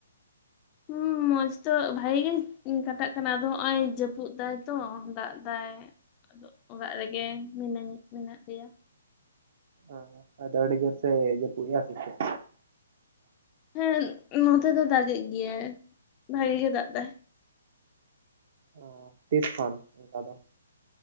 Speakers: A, on the left; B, on the right.
A: ᱦᱩᱸᱦᱩᱜ- ᱢᱚᱸᱡᱽ ᱛᱚ ᱵᱷᱟᱹᱜᱤ ᱜᱮ ᱠᱟᱴᱟᱜ ᱠᱟᱱᱟ ᱟᱫᱚ ᱦᱚᱸᱜᱼᱚᱭ ᱡᱟᱹᱯᱩᱫ ᱮᱫᱟᱭ ᱛᱚ ᱫᱟᱜ ᱫᱟᱭ ᱟᱫᱚᱜ ᱚᱲᱟᱜ ᱨᱮᱜᱮ ᱢᱤᱱᱟᱹᱧᱟ, ᱢᱮᱱᱟᱜ ᱞᱮᱭᱟ᱾
B: ᱦᱚᱭ! ᱟᱫᱚ ᱟᱹᱰᱤ ᱡᱩᱨ ᱥᱮ ᱡᱟᱹᱯᱩᱫ ᱮᱫᱟ ᱥᱮ ᱪᱮᱫ?
A: ᱦᱮᱸᱻᱮᱫ ᱱᱚᱛᱮ ᱫᱚᱭ ᱫᱟᱜᱮᱜ ᱜᱮᱭᱟᱭ, ᱵᱷᱟᱜᱤ ᱜᱮ ᱫᱟᱜ ᱮᱫᱟᱭ᱾
B: ᱚᱻᱦ ᱛᱤᱥ ᱠᱷᱚᱱ ᱚᱸᱠᱟ ᱫᱚ?